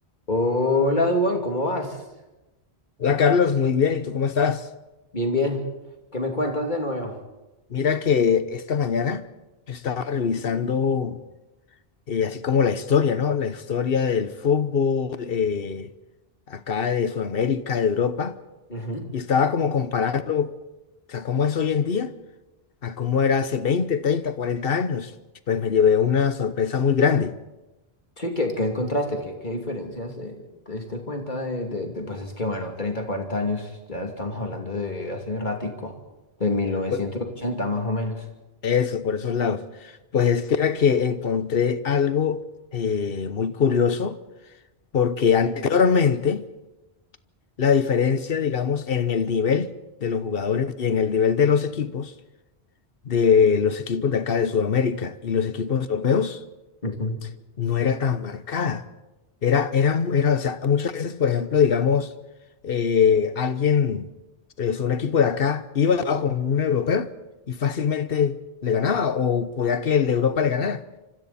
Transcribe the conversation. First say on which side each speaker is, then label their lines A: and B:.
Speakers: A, on the left; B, on the left.
A: Hola, Duan, ¿cómo vas?
B: Hola Carlos, muy bien. ¿Y tú cómo estás?
A: Bien, bien. ¿Qué me cuentas de nuevo?
B: Mira que esta mañana yo estaba revisando eh, así como la historia, ¿no? La historia del fútbol eh, acá de Sudamérica, de Europa,
A: Ujú.
B: y estaba como comparando, o sea, cómo es hoy en día a cómo era hace 20, 30, 40 años. Pues me llevé una sorpresa muy grande.
A: Sí, ¿qué, qué encontraste? ¿Qué, qué diferencias eh, te diste cuenta de, de- de- Pues es que, bueno, 30, 40 años, ya estamos hablando de hace ratico, de mil novecientos
B: Pues
A: ochenta más o menos.
B: eso, por esos lados. Pues es que era que encontré algo eh, muy curioso, porque anteriormente... la diferencia, digamos, en el nivel de los jugadores y en el nivel de los equipos, de los equipos de acá de Sudamérica y los equipos europeos,
A: Ujú.
B: no era tan marcada. Era, era, era, o sea, muchas veces, por ejemplo, digamos, eh, alguien, eh, o sea, un equipo de acá iba a jugar con un europeo y fácilmente le ganaba o podía que el de Europa le ganara.